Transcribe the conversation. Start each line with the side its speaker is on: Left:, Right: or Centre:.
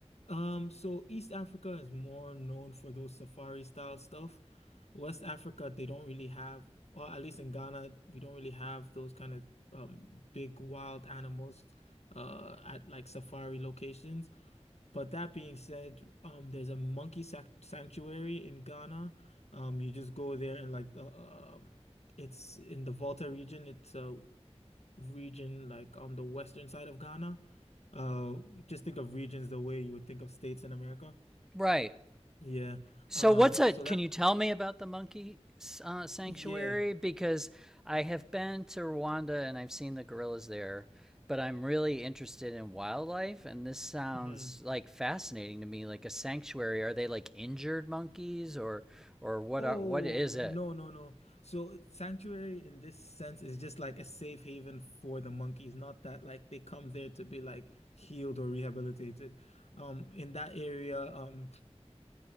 Left: Um, so East Africa is more known for those safari style stuff. West Africa, they don't really have, or at least in Ghana, we don't really have those kind of um big wild animals uh at like safari locations. But that being said, um, there's a monkey sac sanctuary in Ghana. Um, you just go there and like uh, um, it's in the Volta region. It's a region like on the western side of Ghana. Uh, just think of regions the way you would think of states in America.
Centre: Right.
Left: Yeah.
Centre: So
Left: Um,
Centre: what's a?
Left: so
Centre: Can
Left: that
Centre: you tell me about the monkey uh, sanctuary?
Left: yeah.
Centre: Because I have been to Rwanda and I've seen the gorillas there, but I'm really interested in wildlife, and this sounds
Left: Mhm.
Centre: like fascinating to me. Like a sanctuary, are they like injured monkeys, or or what?
Left: Oh,
Centre: Are, what is it?
Left: no, no, no. So sanctuary in this sense is just like a safe haven for the monkeys, not that like they come there to be like healed or rehabilitated. Um, in that area, um,